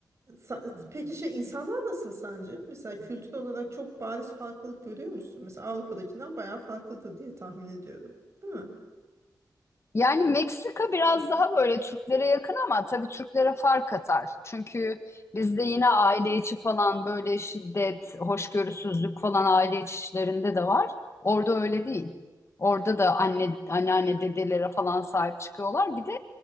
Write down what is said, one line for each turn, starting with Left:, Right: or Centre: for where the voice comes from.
Right: Sa- Peki şey insanlar nasıl sence? Mesela kültür olarak çok bariz farklılık görüyor musun? Mesela Avrupa'dakinden bayağı farklıdır diye tahmin ediyorum. Değil mi?
Left: Yani Meksika biraz daha böyle Türklere yakın ama tabii Türklere fark atar. Çünkü bizde yine aile içi falan böyle şiddet, hoşgörüsüzlük falan aile içi işlerinde de var. Orada öyle değil. Orada da anne, anneanne, dedelere falan sahip çıkıyorlar. Bir de